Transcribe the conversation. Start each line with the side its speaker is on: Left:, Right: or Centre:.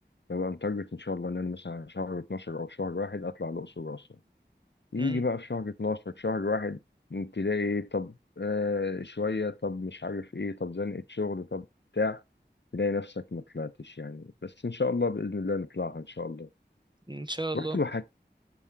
Left: ببقى متارجت ان شاء الله ان انا مثلا شهر 12 او شهر واحد اطلع الاقصر واسوان يجي
Right: امم
Left: بقى في شهر 12 شهر واحد تلاقي إيه، طب آه شوية طب مش عارف ايه طب زنقة شغل طب بتاع تلاقي نفسك ما طلعتش يعني بس ان شاء الله بإذن الله نطلعها ان شاء الله
Right: ان شاء الله
Left: رحت الواحات